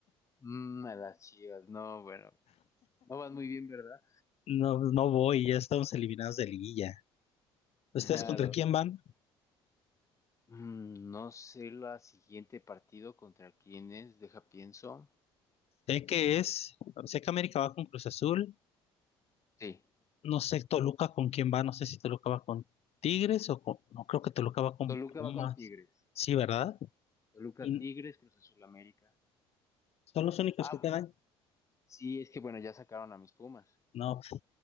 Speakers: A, on the left; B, on the left.
A: Mm, a las Chivas, no, bueno. No van muy bien, ¿verdad?
B: No, no voy, ya estamos eliminados de liguilla. ¿Ustedes
A: Claro.
B: contra quién van?
A: Mm, No sé la siguiente partido contra quién es, deja pienso.
B: Sé que es, sé que América va con Cruz Azul.
A: Sí,
B: No sé Toluca con quién va, no sé si Toluca va con Tigres o con, no creo que Toluca va con
A: Toluca
B: Pumas.
A: va con Tigres.
B: Sí, ¿verdad?
A: Toluca
B: Y
A: Tigres, Cruz Azul América.
B: son los únicos
A: Ah,
B: que quedan.
A: sí, es que bueno, ya sacaron a mis Pumas.
B: No,